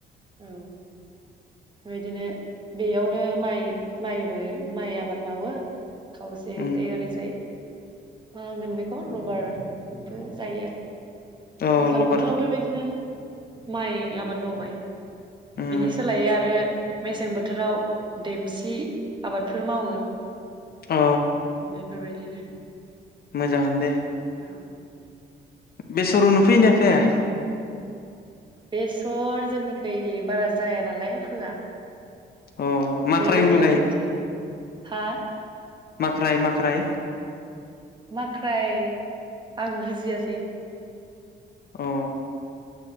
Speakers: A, on the right; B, on the left.
A: औ, बेबादिनो बेयावनो माइ-माइबो माइ आबाद मावो। खावसेैखै
B: उम
A: ओरैजाय मा होनगोन बेखौ रबारबो जायो आरो।
B: औ
A: दैज्लां
B: लबार
A: बोथोराव बेबायदिनो माइ आबाद मावबाय।
B: उम,
A: बिनि सोलायै आरो मेसें बोथोराव देमसि आबादफोर मावो ओम
B: अ
A: बेफोरबायदिनो।
B: मोजाङानो दे।
A: औ
B: बेसर हुनो फैयोना फैया?
A: बेसर जोंनिखै बारा जाया नालाय फोआ।
B: अ माख्राय
A: बे दैज्लां
B: उनु
A: आवनोसै आरो। हा?
B: माख्राइ माख्राइ
A: माख्राय आं बुजियासै।
B: अ